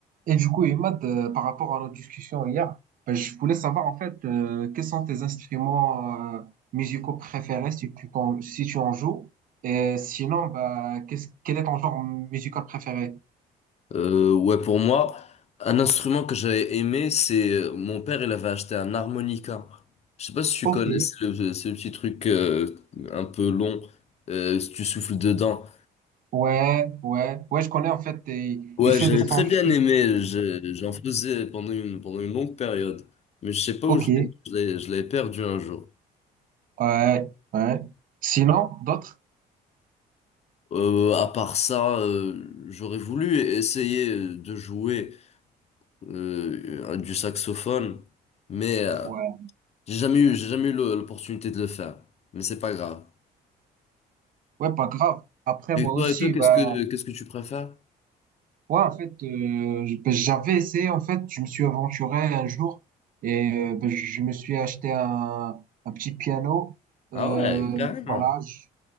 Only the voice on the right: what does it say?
Et du coup, Imad, euh, par rapport à notre discussion hier, ben, je voulais savoir en fait euh, quels sont tes instruments euh, musicaux préférés si tu, t'en- si tu en joues. Et sinon, bah, qu'est-ce, quel est ton genre musical préféré?
Ok.
Ouais, ouais, ouais, je connais en fait, il,
il fait
des sons
chelous.
Ok,
ouais, ouais. Sinon, d'autres?
Ouais,
ouais, pas grave. Après,
moi
aussi,
bah,
Ouais, en fait, euh, je- ben, j'avais essayé, en fait, je me suis aventuré un jour et euh, ben, je je me suis acheté un, un petit piano. Euh,
voilà, je-